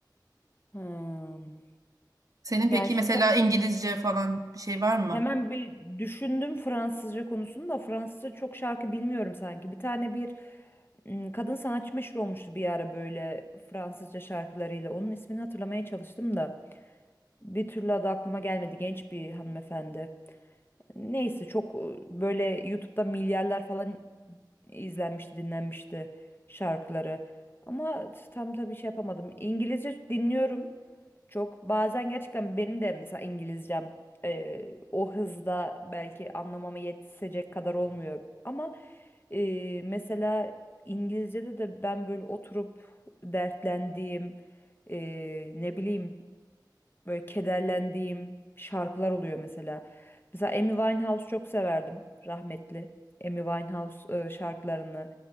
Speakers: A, on the left; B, on the right.
A: Hmm.
B: Senin peki
A: Yani şimdi
B: mesela İngilizce falan bir şey var mı?
A: Hemen bir düşündüm Fransızca konusunu da Fransızca çok şarkı bilmiyorum sanki. Bir tane bir m, kadın sanatçı meşhur olmuştu bir ara böyle Fransızca şarkılarıyla. Onun ismini hatırlamaya çalıştım da bir türlü adı aklıma gelmedi. Genç bir hanımefendi. Neyse çok e, böyle YouTube'da milyarlar falan izlenmişti, dinlenmişti şarkıları. Ama tam tabii şey yapamadım. İngilizce dinliyorum. Çok bazen gerçekten benim de mesela İngilizcem eee, o hızda belki anlamama yetişecek kadar olmuyor. Ama eee, mesela İngilizce'de de ben böyle oturup dertlendiğim, eee, ne bileyim böyle kederlendiğim şarkılar oluyor mesela. Mesela Amy Winehouse çok severdim rahmetli. Amy Winehouse eee, şarkılarını